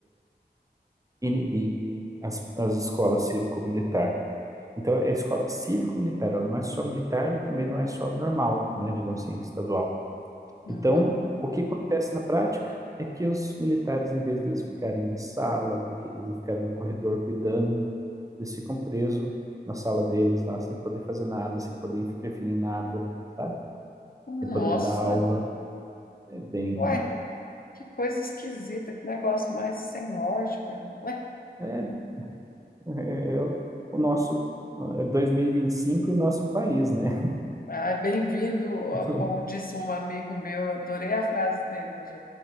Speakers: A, on the right; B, on the left.
A: inibir as, as escolas cívico-militar. Então, a escola cívico-militar, ela não é só militar e também não é só normal, né, digamos assim, estadual.
B: uhum.
A: Então, o que acontece na prática é que os militares, em vez de eles ficarem na sala, do que eles ficarem no corredor cuidando, eles ficam presos na sala deles lá, sem poder fazer nada, sem poder interferir em nada, sabe?
B: Nossa,
A: Sem poder dar aula. É bem
B: ué,
A: ruim.
B: que coisa esquisita, que negócio mais sem lógica. Ué,
A: É, é, é o nosso é 2025 e vinte e cinco e nosso país, né?
B: ah, bem-vindo, ó,
A: <laughs>
B: como disse um amigo meu, eu adorei a frase dele hoje.